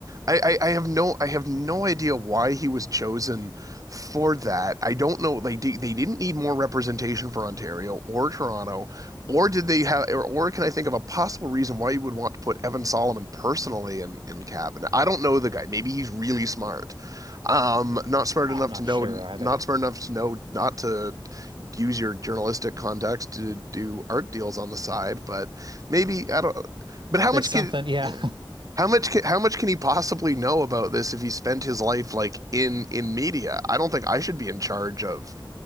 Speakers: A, on the right; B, on the right.
A: I, I I have no I have no idea why he was chosen for that. I don't know. Like they, they didn't need more representation for Ontario or Toronto, or did they have? Or, or can I think of a possible reason why you would want to put Evan Solomon personally in in cabinet? I don't know the guy. Maybe he's really smart. Um, not smart
B: I'm
A: enough
B: not
A: to know.
B: sure either.
A: Not smart enough to know not to use your journalistic contacts to do art deals on the side, but maybe I don't. But how
B: There's
A: much
B: something,
A: can
B: yeah,
A: yeah, how much can how much can he possibly know about this if he spent his life like in in media? I don't think I should be in charge of